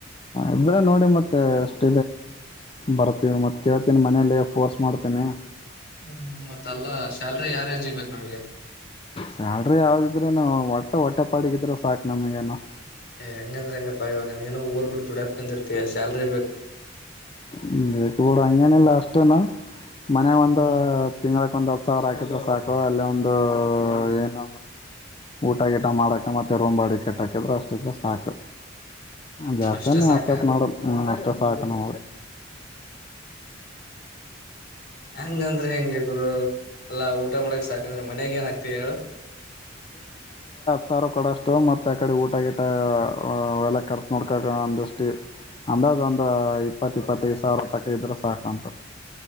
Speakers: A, on the left; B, on the left.
A: ಇದ್ರೆ ನೋಡಿ ಮತ್ತೆ ಟ್ಟ ಬರ್ತೀವಿ ಮತ್ ಕೇಳ್ತಿನ ಮನೇೆಯಲ್ಲಿ ಫೋರ್ಸ್ ಮಾಡ್ತೇನಿ
B: ಹ್ಮ್ ಮತ್ತ ಅಲ್ಲ ಶ್ಯಲ್ರಿ ಯಾವ ರೇಂಜ್ ಇ ಬಕ್ ನಮಗೆ
A: ಸ್ಯಾಲ್ರಿ ಯಾವ್ದದಿದ್ರೆ ನಾವು ಒಟ್ಟ ಒಟ್ಟೆ ಇ ಪಾಡಗಿದ್ರರು ಸಾಕು ನಮಗಏನ
B: ಏ್ಂಗಂದ್ರೆ ಹೆಂಗಪ್ಪಾ ಇವಾಗ ನೀನು ಊರ್ ಬಿಡು ದುಡಾಕ್ ಬಂದರ್ತತಿಾ ಸ್ಯಲ್ರಿ
A: ಹ್ಮಬಳ ಅ ಲಾಸ್ಟ್ನ ಮನೆ ಒಂದು
B: ಹ್ಮ್
A: ತಿಂಗ್ಗಳಕ್ ಒಂದ ಸಾರ ಹಾಕಿದ್ರೆ ಸಾಕು ಅಲ್ಲ ಒಂದು ಏನ ಊಟ ಗೀಟ ಮಾಡಕ ಮತ್ತೆ ರೂಮ್ ಬಾಡಿ ಕಟ್ಟಾಕಿದ್ರೆ ಅಷ್ಟಿದ್ರ ಸಾಕು ಜಾಸ್ತಾನಾತ
B: ಅಷ್ಟೇ ಸಾಕ.
A: ಮಾಡೋಲ್ಲ ಷ್ಟ ಸಠ ನೌ
B: ಹಂಗಂದ್ರೆ ಹೆಂಗೆ ಗುರು ಎಲ್ಲಾ ಊಟ ಮಾಡಕ್ ಸಾಕಂದ್ರೆ ಮನೆಾಗ ಏನ್ ಆಗ್ತವಿ ಹೇಳು
A: ಸಾವಿ ಕೊಡ ಅಷ್ಟು ಮತ್ತೆ ಆ ಕಡೆ ಊಟ ಗಿಟ ಎಲ್ಲ ಕರ್ಸ ನೋಡ್ಕಕ ಅಂದಷ್ಟಿ ಅಂದಾಜ ಒಂದು ಇಪ್ಪತ್ತ ಇಪ್ಪತ್ತೈದು ಸಾವಿರ ತಕ್ಕ ಇದ್ರೆ ಸಾಕುಂತ